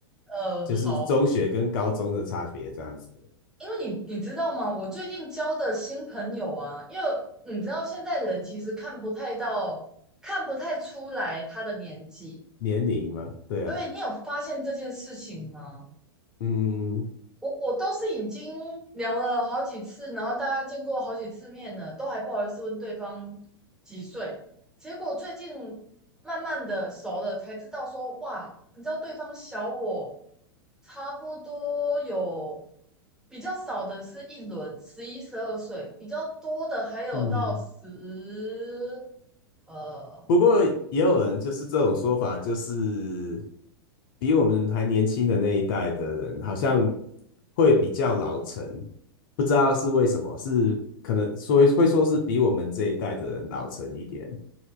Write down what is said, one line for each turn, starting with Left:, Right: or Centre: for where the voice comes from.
Centre: 呃，
Left: 就是中学跟高中的差别这样子，
Centre: 好。因为你你知道吗？我最近交的新朋友啊，因为嗯你知道现在人其实看不太到，看不太出来他的年纪。
Left: 年龄嘛，对啊，
Centre: 对，你有发现这件事情吗？
Left: 嗯嗯
Centre: 我我都是已经聊了好几次，然后大家见过好几次面了，都还不好意思问对方几岁。结果最近慢慢的熟了，才知道说哇，你知道对方小我差不多有。比较少的是一轮十一、十二岁，比较多的还有到十
Left: 嗯。
Centre: 呃
Left: 不过也有人就是这种说法，就是比我们还年轻的那一代的人，好像会比较老成，不知道是为什么，是可能说会说是比我们这一代的人老成一点，